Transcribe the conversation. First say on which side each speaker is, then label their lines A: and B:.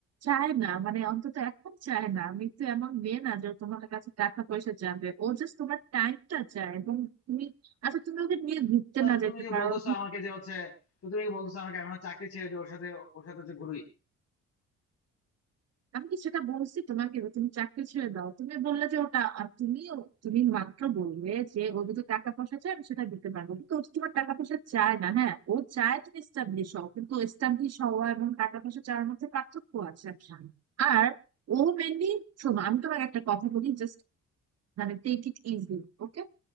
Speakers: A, on the right; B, on the left.
A: চায় না মানে অন্তত এখন চায় না মিতু এমন মেয়ে না যে ও তোমার কাছে টাকা পয়সা চাবে ও জাস্ট তোমার টাইমটা চায় এবং তুমি আচ্ছা তুমি ওকে নিয়ে ঘুরতে
B: তো
A: না
B: তুমি
A: যেতে
B: কি
A: পারো
B: বলতেছো আমাকে যে হচ্ছে তো তুমি কি বলতেছো আমাকে আমি আমার চাকরি ছেড়ে দিয়ে ওর সাথে ওর সাথে হচ্ছে ঘুরি
A: আমি কি সেটা বলছি তোমাকে যে তুমি চাকরি ছেড়ে দাও তুমি বললে যে ওটা আর তুমি তুমি মাত্র বললে যে ও যদি টাকা পয়সা চায় আমি সেটা দিতে পারবো কিন্তু ও তো তোমার টাকা পয়সা চায় না হ্যাঁ ও চায় তুমি এস্টাবলিশ হও কিন্তু এস্টাবলিশ হওয়া এবং টাকা পয়সা চাওয়ার মধ্যে পার্থক্য আছে আচ্ছা। আর ও মেনলি শোনো আমি তোমাকে একটা কথা বলি জাস্ট মানে টেক ইট ইজি ওকে